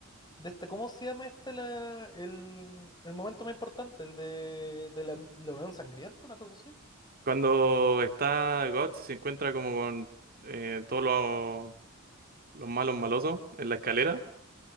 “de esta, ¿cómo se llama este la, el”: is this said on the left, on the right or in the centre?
Left